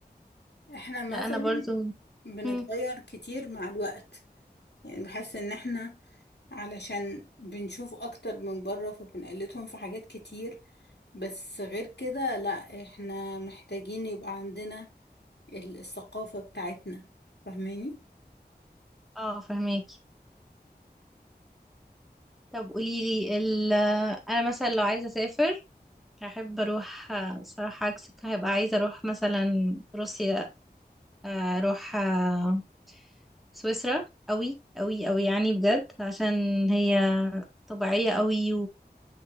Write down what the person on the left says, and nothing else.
احنا مثلا
بنتغير
كتير مع الوقت يعني بحس ان احنا علشان بنشوف اكتر من بره فبنقلدهم في حاجات كتير بس غير كده لا احنا محتاجين يبقى عندنا ال- الثقافة بتاعتنا فاهماني